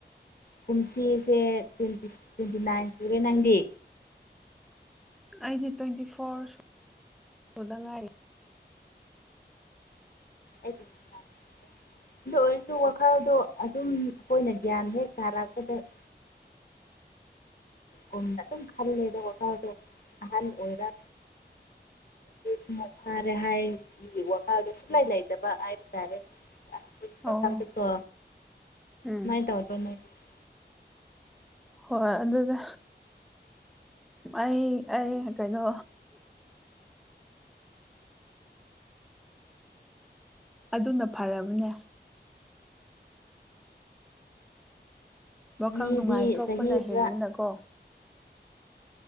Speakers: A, on the left (about 55°); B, in the centre.
A: ꯀꯨꯝꯁꯤꯁꯦ ꯇ꯭ꯋꯦꯟꯇ ꯇ꯭ꯋꯦꯟꯇꯤ ꯅꯥꯏꯟ ꯁꯨꯔꯦ ꯅꯪꯗꯤ
B: ꯑꯩꯗꯤ ꯇ꯭ꯋꯦꯟꯇꯤ ꯐꯣꯔꯗ ꯉꯥꯏ
A: ꯑꯩꯗꯤ ꯑꯗꯨ ꯑꯣꯏꯔꯁꯨ ꯋꯥꯈꯜꯗꯣ ꯑꯗꯨꯝ ꯑꯩꯈꯣꯏꯅ ꯒ꯭ꯌꯥꯟ ꯍꯦꯛ ꯇꯥꯔꯛꯄꯗ <inaudible> ꯀꯝꯗ ꯑꯗꯨꯝ ꯈ ꯂꯩꯗꯀꯗꯣ ꯑꯍꯜ ꯑꯣꯔꯥ ꯁ ꯐꯥꯔꯦ ꯍꯥꯏ ꯋꯥꯗ ꯥꯏꯗꯕꯕꯥ ꯍꯥꯏꯔꯇꯥꯦ ꯄꯣꯊꯥꯗꯀꯣ
B: ꯑꯣ ꯎꯝ
A: ꯀꯃꯥꯏꯅ ꯇꯧꯗꯣꯏ ꯅꯣꯏꯒꯤ <unintelligible>
B: ꯍꯣꯏ ꯑꯗꯨꯗꯤ ꯑꯩ ꯑꯩ ꯀꯩꯅꯣ ꯑꯗꯨꯅ ꯐꯔꯕꯅꯦ ꯋꯥꯈꯜ
A: ꯃꯤꯗꯤ
B: ꯅꯨꯡꯉꯥꯏꯊꯣꯛꯄꯅ
A: ꯆꯍꯤ ꯈꯔ
B: ꯍꯤꯡꯕꯅꯀꯣ